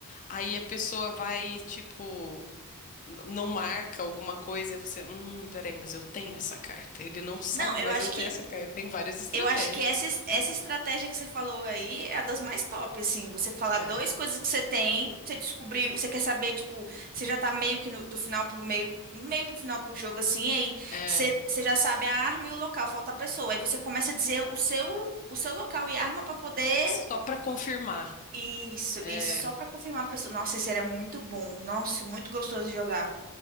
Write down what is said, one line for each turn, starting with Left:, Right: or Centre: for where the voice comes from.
Left: Aí a pessoa vai, tipo, n- não marca alguma coisa e você, hum, peraí, mas eu tenho essa carta. Ele não sabe,
Right: Não, eu
Left: mas
Right: acho
Left: eu tenho
Right: que
Left: essa carta. Tem várias estratégias.
Right: Eu acho que essa, es- essa estratégia que você falou aí é a das mais top, assim. Você falar
Left: É,
Right: duas coisas que você tem, você descobriu, você quer saber, tipo, você já tá meio que no- do final pro meio, meio pro final pro jogo, assim, aí
Left: é.
Right: você, você já sabe a arma e o local, falta a pessoa. Aí você começa a dizer o seu, o seu local e arma pra poder.
Left: Só pra confirmar.
Right: Isso,
Left: É,
Right: isso, só pra confirmar a pessoa. Nossa, esse era muito bom. Nossa, muito gostoso de jogar.